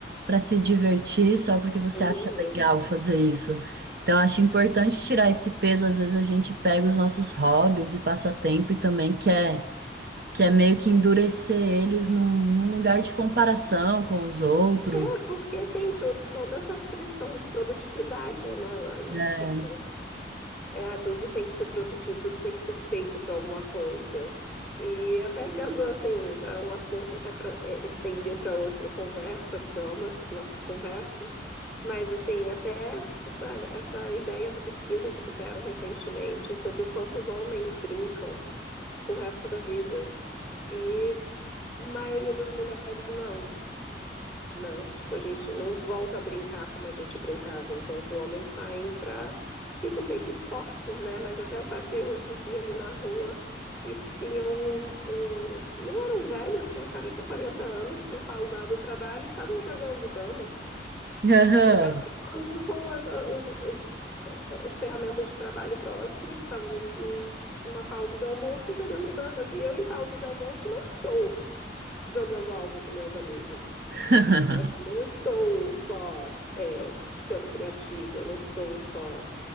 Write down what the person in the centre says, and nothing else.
uhum.
É, porque tem to toda essa pressão de produtividade, né, Lana?
Tipo, É, tudo tem que ser produtivo, tudo tem que ser feito para alguma coisa. E até vendo, assim, já é um assunto até para estender para outra conversa, que eu amo essas nossas conversas, mas, assim, até essa, essa ideia, essa pesquisa que fizeram recentemente sobre o quanto os homens brincam o resto da vida. E a maioria das mulheres não né? Tipo, a gente não volta a brincar como a gente brincava, enquanto homens saem para, principalmente esportes, né? Mas até eu passei o outro dia ali na rua e tinha uns, uns, não eram velhos, tinha cara de 40 anos, tinham pausado o trabalho e estavam jogando damas.
E estava assim, todo mundo com as, a- os- os- as ferramentas de trabalho próximo, eles estavam num, num- numa pausa de almoço e jogando damas. E eu, em pausa de almoço, não estou jogando algo com minhas amigas
sabe? Não estou só é, sendo criativa, eu não estou só,